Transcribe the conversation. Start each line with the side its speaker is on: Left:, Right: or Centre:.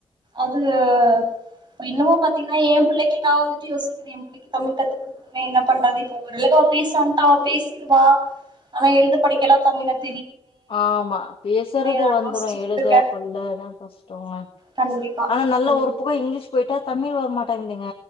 Right: அதுல இப்ப இன்னுமு பாத்தீன்னா எ பிள்ளைக்கு நா வந்துட்டு யோசிக்கிறே எ பிள்ளைக்கு தமிழ் கத்து குடுக்கனு என்ன பண்றது இப்ப ஒரு வேல அவ பேசா வண்ட்டா அவ பேசிருவா ஆனா எழுத படிக்கலா தமிழ் தா
Left: ஆமா பேசுறது
Right: நா
Left: வந்துரு
Right: யோசிச்சுக்கிட்டு
Left: எழுத
Right: இருக்க
Left: கொள்ளதா கஷ்டமாருக்கு
Right: கண்டிப்பா
Left: ஆனா
Right: ம்
Left: நல்ல ஒரு பக்கோ இங்கிலீஷ் போயிட்டா தமிழ் வரமாட்டந்துங்க